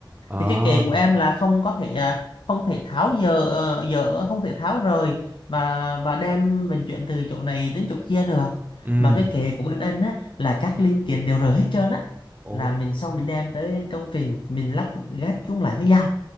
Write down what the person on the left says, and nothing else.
thì cái kệ của em là không có thể à, không thể tháo dỡ ờ, dỡ không thể tháo rời và và đem vận chuyển từ chỗ này đến chỗ kia được
mà cái kệ của bên anh á là các linh kiện đều rời hết trơn á là
mình xong mình đem tới công trình mình lắp ghép chúng lại với nhau